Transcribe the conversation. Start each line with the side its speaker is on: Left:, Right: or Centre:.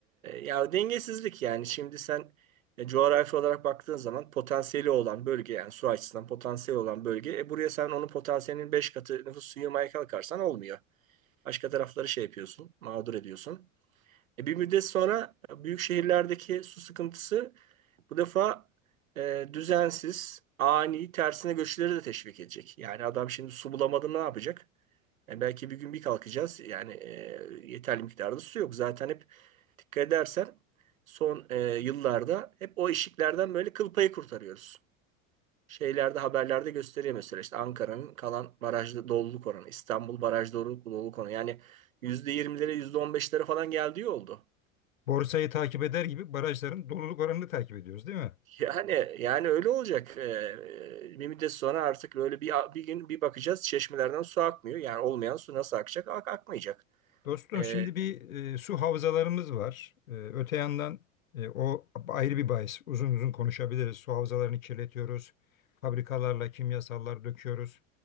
Right: ya dengesizlik yani şimdi sen e, coğrafi olarak baktığın zaman potansiyeli olan bölge yani su açısından potansiyeli olan bölge. E, buraya sen onun potansiyelinin 5 katı nüfus yığmaya kalkarsan olmuyor. Başka tarafları şey yapıyorsun, mağdur ediyorsun. E, bir müddet sonra e, büyük şehirlerdeki su sıkıntısı bu defa e, düzensiz, ani, tersine göçleri de teşvik edecek. Yani adam şimdi su bulamadı ne yapacak? E, belki bir gün bir kalkacağız. Yani e, yeterli miktarda su yok. Zaten hep dikkat edersen son e, yıllarda hep o eşiklerden böyle kıl payı kurtarıyoruz. Şeylerde haberlerde gösteriyor mesela işte Ankara'nın kalan barajda doluluk oranı, İstanbul baraj doluluk, doluluk oranı. Yani yüzde yirmilere, yüzde on beşlere falan geldiği oldu.
Left: Borsayı takip eder gibi barajların doluluk oranını takip ediyoruz, değil mi?
Right: Yani yani öyle olacak. Ee, bir müddet sonra artık böyle bir bir gün bir bakacağız çeşmelerden su akmıyor. Yani olmayan su nasıl akacak? Ak, akmayacak.
Left: Dostum
Right: Ee,
Left: şimdi bir e, su havzalarımız var. E, öte yandan e, o ayrı bir bahis. Uzun uzun konuşabiliriz. Su havzalarını kirletiyoruz. Fabrikalarla kimyasallar döküyoruz